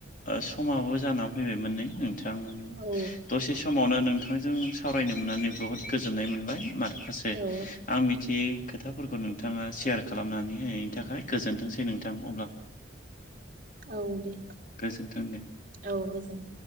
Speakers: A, on the left (about 45°); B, on the right (about 45°).
A: ओ समाबो जाना फैबायमोन नै नों थां
B: औ
A: दसे समावनो नोंथांजों सावरायनो मोननानै बुहुद गोजोननाय मोनबाय <unintelligible>
B: औ
A: आं मिथियै खोथाफोरखौ नोंथाङा सेयार खालामनानै होनायनि थाखाय गोजोनथोंसै नोंथां अब्ला
B: औ दे।
A: गोजोन्थों दे।
B: औ गोजोन